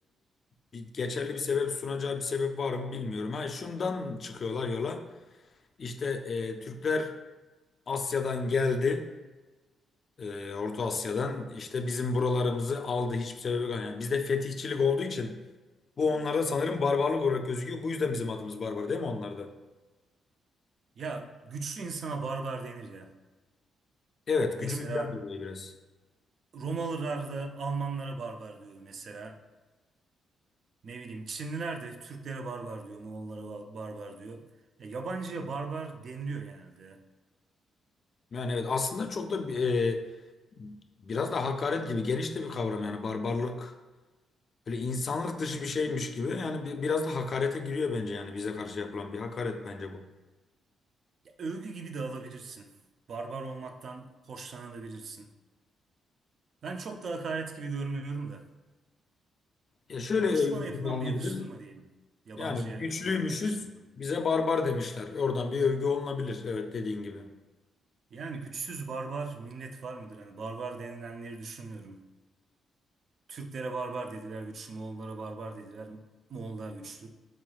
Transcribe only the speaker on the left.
bir, geçerli bir sebep sunacağı bir sebep var mı bilmiyorum. Ha şundan çıkıyorlar yola. İşte e, Türkler Asya'dan geldi. e, Orta Asya'dan işte bizim buralarımızı aldı hiçbir sebebe yok. Yani bizde fetihçilik olduğu için bu onlarda sanırım barbarlık olarak gözüküyor. Bu yüzden bizim adımız barbar değil mi onlarda?
Evet
gücümüzden dolayı biraz.
Yani evet aslında çok da e, biraz da hakaret gibi geniş de bir kavram yani barbarlık böyle insanlık dışı bir şeymiş gibi yani bi- biraz da hakarete giriyor bence yani bize karşı yapılan bir hakaret bence bu.
Ya şöyle
övgü
gibi alınabilir.
Yani güçlüymüşüz
bize barbar demişler. Oradan bir övgü olunabilir evet dediğin gibi.